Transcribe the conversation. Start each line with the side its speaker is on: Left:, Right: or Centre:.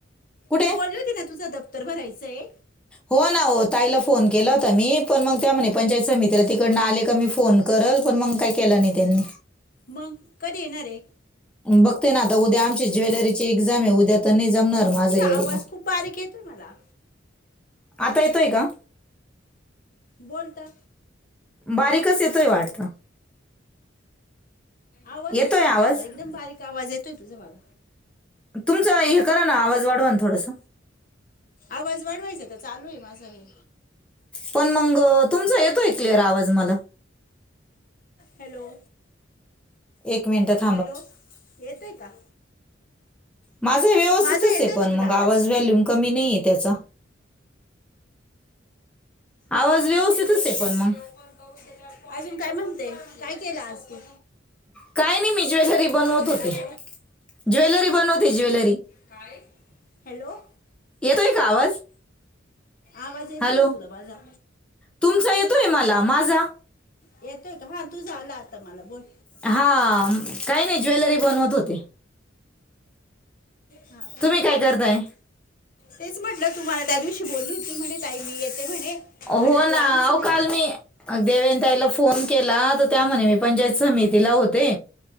Centre: कुठे
Left: तू बोलल ती ना तुझं दफ्तर भरायचंय.
Centre: हो ना हो ताईला फोन केला होता मी, पण मग त्या म्हणे पंचायत समितीला तिकडन आले का मी फोन करल पण मग काही केला नाही त्यांनी.
Left: मंग कधी येणारे?
Centre: बघते ना आता उद्या आमची ज्वेलरी ची एक्झाम आहे उद्या तर नाही जमणार. माझं
Left: तुझा
Centre: यायला
Left: आवाज खूप बारीक येतोय मला.
Centre: आता येतोय का?
Left: बोलता.
Centre: बारीकच येतोय वाटतं.
Left: आवाजच
Centre: येतोय
Left: येत
Centre: आवाज
Left: नाही अगं एकदम बारीक आवाज येतोय तुझा मला.
Centre: तुमचां हे करा ना आवाज वाढवा ना थोडस.
Left: आवाज वाढवायचा तर चालू आहे माझा हे.
Centre: पण मंग तुमचा येतोय क्लिअर आवाज मला.
Left: हॅलो!
Centre: एक मिनटात
Left: हॅलो! येतोय का?
Centre: माझं व्यवस्थितच
Left: माझा येतोय
Centre: आहे पण
Left: का तुला
Centre: मग
Left: आवाज?
Centre: व्हॅल्यूम कमी नाही आहे त्याचा आवाज व्यवस्थितच
Left: केलेलं
Centre: आहे
Left: नाही
Centre: पण मग
Left: ते ओपन अजून काय म्हणते काय केलं आज तू?
Centre: काय नाही मी ज्वेलरी बनवत
Left: हॅलो.
Centre: होते ज्वेलरी बनवते ज्वेलरी.
Left: काय हॅलो.
Centre: येतोय का आवाज?
Left: आवाज येतोय
Centre: हॅलो
Left: का तुला माझा?
Centre: तुमचा येतोय मला माझा
Left: येतोय का हा. तूझा आला आता मला बोल.
Centre: हा काही नाही ज्वेलरी बनवत होते.
Left: हा का
Centre: तुम्ही काय करताय?
Left: तेच म्हटलं तुम्हाला त्या दिवशी बोलीती म्हणे ताई मी येते म्हणे.
Centre: हो
Left: आणि तू
Centre: ना
Left: आलीच
Centre: अव
Left: नाही
Centre: काल मी. अग देवयानी तईला फोन केला तर त्या म्हणे मी पंचायत समितीला होते.